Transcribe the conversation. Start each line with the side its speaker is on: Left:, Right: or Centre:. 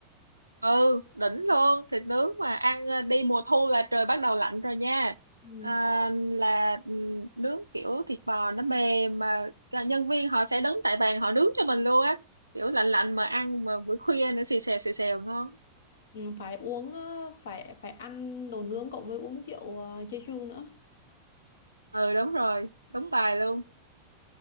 Right: Ừ, đỉnh luôn. Thịt nướng mà ăn ờ, đi mùa thu là trời bắt đầu lạnh rồi nha.
Left: ừ.
Right: À, là ừ, nướng kiểu thịt bò nó mềm mà cả nhân viên họ sẽ đứng tại bàn họ nướng cho mình luôn á. Kiểu lạnh lạnh mà ăn mà buổi khuya nữa xì xèo xì xèo ngon.
Left: Ừ, phải uống ờ, phải phải ăn đồ nướng cộng với uống rượu ờ, Jeju nữa
Right: Ừ, đúng rồi. Đúng bài luôn.